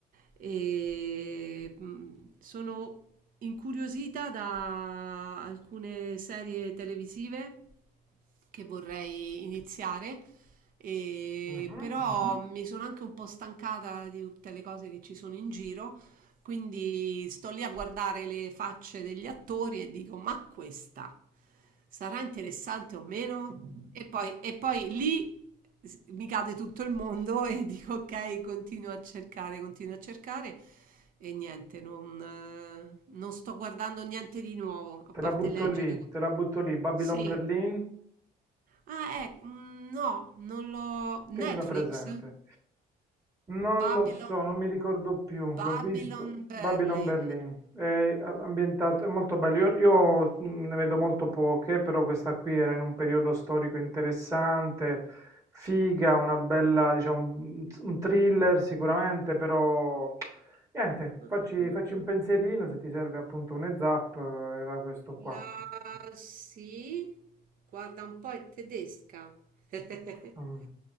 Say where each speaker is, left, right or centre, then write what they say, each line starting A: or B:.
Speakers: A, on the right (about 55°); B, on the right (about 20°).
A: eh, mh, sono incuriosita da alcune serie televisive che vorrei iniziare e
B: Mhm.
A: però mm-hmm. mi sono anche un po' stancata di tutte le cose che ci sono in giro, quindi sto lì a guardare le facce degli attori e dico: Ma questa sarà interessante o meno? E poi, e poi lì s- mi cade tutto il mondo e <laughs> dico: Ok, continuo a cercare, continuo a cercare. E niente, non, eh, non sto guardando niente di nuovo, a parte
B: Te la butto
A: leggere
B: lì,
A: qualcosa.
B: te la butto lì. Babylon
A: Sì.
B: Berlin.
A: Ah, ec mhmm, no, non l'ho Netflix?
B: Tenila presente. Non
A: Babylon
B: lo so, non mi ricordo più,
A: Babylon
B: l'ho visto.
A: Berlin.
B: Babylon Berlin, è ambientato, è molto bello. Io, io, mh, ne vedo molto poche, però questa qui era in un periodo storico interessante, figa, una bella, diciamo, un un thriller sicuramente, però niente,
A: Mh-mh-mh-mh.
B: facci, facci un pensierino se ti serve appunto un heads up, eh, era questo qua.
A: La sì, guarda un po' è tedesca. <laughs>
B: Mm.